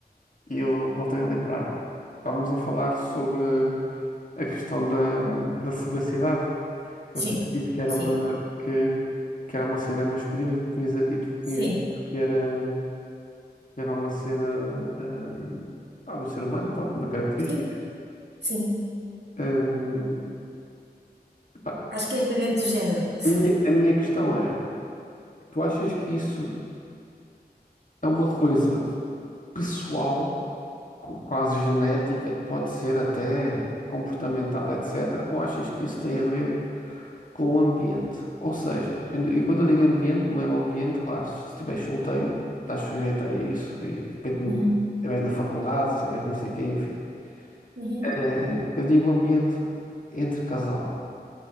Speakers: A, on the left; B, on the right.
A: e eu voltei a lembrar-me. Estávamos a falar sobre a questão da, da fugacidade.
B: sim,
A: Eu tinha dito que era
B: sim,
A: uma, que, que era uma cena masculina e tu tinhas, e tu
B: sim,
A: tinhas dito que era. Era uma cena, hum, pá, do ser humano, pronto, uma característica.
B: sim, sim.
A: Hum, pá,
B: Acho que é independente do género, sim.
A: a minha, a minha questão é, tu achas que isso é uma coisa pessoal, qu- quase genética, pode ser até comportamental, etc., ou achas que isso tem a ver com o ambiente? Ou seja, e e quando eu digo ambiente, não é o ambiente, claro, se estiveres solteiro, estás sujeito a isso, e depende,
B: Uhum,
A: se estiveres na faculdade, se estiveres não sei o quê, enfim.
B: uhum.
A: Eh, eu digo ambiente entre casal.